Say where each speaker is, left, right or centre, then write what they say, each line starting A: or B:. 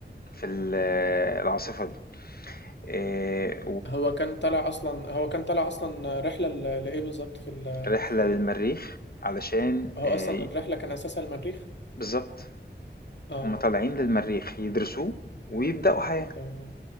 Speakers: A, on the left (about 55°); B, on the left (about 70°).
A: في ال- العاصفة دي آه،
B: هو كان طالع اصلا هو كان طالع اصلا رحلة ل- لايه بالظبط في ال
A: ورحلة
B: في ال
A: للمريخ علشان
B: هو
A: آه،
B: اصلا الرحلة كان اساسها المريخ
A: بالظبط
B: اه
A: هم طالعين للمريخ يدرسوه ويبدأوا حياة
B: تمام